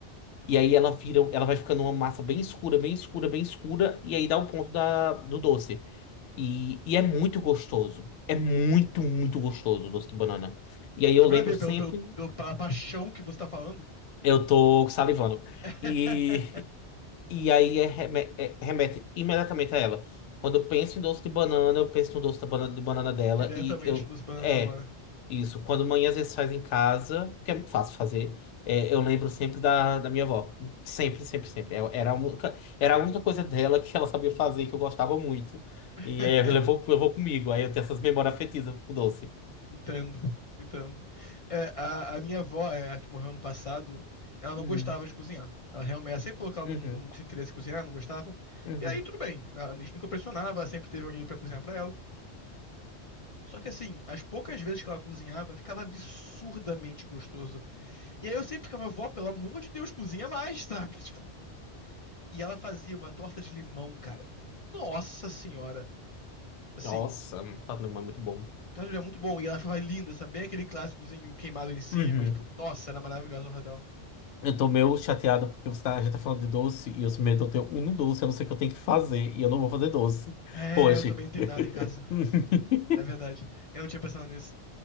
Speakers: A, on the left; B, on the left.
A: E aí ela vira, ela vai ficando uma massa bem escura, bem escura, bem escura. E aí dá o ponto da, do doce. E, e é muito gostoso. É muito, muito gostoso o doce de banana. E aí eu
B: Dá pra
A: lembro
B: ver
A: sempre,
B: pelo, pelo, pelo- pela paixão que você tá falando.
A: eu tô salivando.
B: <laughs>
A: E E aí é reme- é- remete imediatamente a ela. Quando eu penso em doce de banana, eu penso no doce da bana- de banana dela.
B: Diretamente
A: E eu.
B: do Banana
A: É,
B: Savana.
A: isso. Quando mãe às vezes faz em casa, que é muito fácil fazer, é, eu lembro sempre da, da minha avó. Sempre, sempre, sempre. Ela- Era a única, era a única coisa dela que ela sabia fazer, que eu gostava muito.
B: <laughs>
A: E aí levou, levou comigo. Aí eu tenho essas memórias afetivas com doce.
B: Entendo, entendo. É, a, a minha avó, é, a que morreu ano passado, ela não
A: Uhum,
B: gostava de cozinhar. Ela realmente, ela sempre falou que ela
A: uhum,
B: não, não tinha interesse em cozinhar, não gostava.
A: uhum.
B: E aí tudo bem, a gente nunca pressionava, ela sempre teve alguém pra cozinhar pra ela. Só que assim, as poucas vezes que ela cozinhava, ficava absurdamente gostoso. E aí eu sempre ficava, vó, pelo amor de Deus, cozinha mais, <laughs> sabe? Tipo, e ela fazia uma torta de limão, cara. Nossa senhora. Assim,
A: Nossa, tá é muito bom.
B: Tá, Julia, muito bom. E ela foi linda, sabe? Bem Aquele clássicozinho queimado em cima,
A: Uhum.
B: tipo, nossa, era maravilhosa a horta dela.
A: Eu tô meio chateado porque você tá, a gente tá falando de doce e eu sou medo de eu ter um doce, a não ser que eu tenho que fazer, e eu não vou fazer doce
B: É,
A: hoje.
B: eu também não tenho
A: <laughs>
B: nada em casa. É verdade. Eu não tinha pensado nisso.